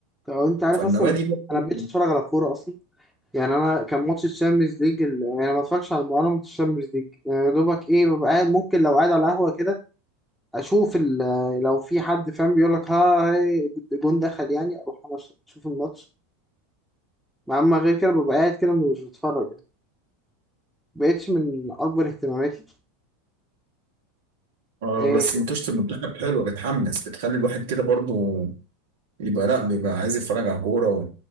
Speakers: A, in the centre; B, on the right.
A: او انت عارف
B: فالنوادي
A: اصلا
B: برضه
A: انا بقيتش اتفرج
B: <laughs>
A: على كوره اصلا يعني انا كان ماتش الشامبيونز ليج ال... يعني ما اتفرجش على انا ماتش الشامبيونز ليج يعني يا دوبك ايه ببقى قاعد ممكن لو قاعد على قهوه كده اشوف ال- لو في حد فاهم بيقول لك ها هي جون دخل يعني اروح انا أش- اشوف الماتش مع اما غير كده ببقى قاعد كده مش بتفرج يعني مبقتش من اكبر اهتماماتي
B: آه،
A: إيه
B: بس ماتشات المنتخب حلوه بتحمس بتخلي الواحد كده برضه يبقى لا بيبقى عايز يتفرج على كوره و-